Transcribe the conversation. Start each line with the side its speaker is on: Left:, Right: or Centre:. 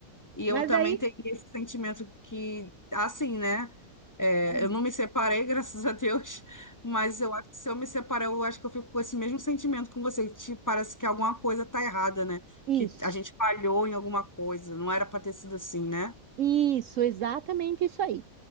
Left: E eu
Right: mas
Left: também
Right: daí,
Left: tenho esse sentimento que, assim, né? É,
Right: Aham.
Left: eu não me separei, <laughs> graças a Deus, mas eu acho que se eu me separar, eu acho que eu fico com esse mesmo sentimento com você, que te- parece que alguma coisa tá errada, né?
Right: isso.
Left: Que a gente falhou em alguma coisa, não era pra ter sido assim, né?
Right: Isso, exatamente isso aí.